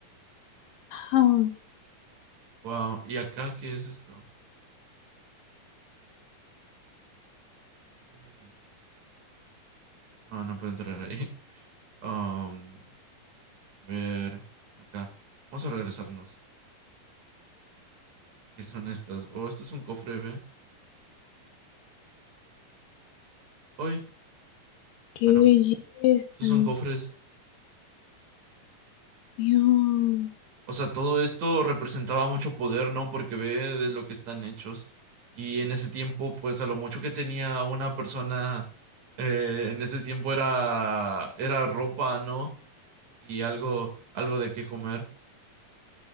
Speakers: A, on the left; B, on the right.
A: Ah,
B: Wow, ¿y acá qué es esto? ¿Qué es aquí? Ah, no puedo entrar ahí. <laughs> Um, a ver, acá. Vamos a regresarnos. ¿Qué son estas? Oh, esto es un cofre, ¿ve? Hoy,
A: qué
B: bueno,
A: belleza.
B: estos son cofres.
A: Dios.
B: O sea, todo esto representaba mucho poder, ¿no? Porque ve de lo que están hechos. Y en ese tiempo, pues a lo mucho que tenía una persona, eh, en ese tiempo era, era ropa, ¿no? Y algo, algo de qué comer.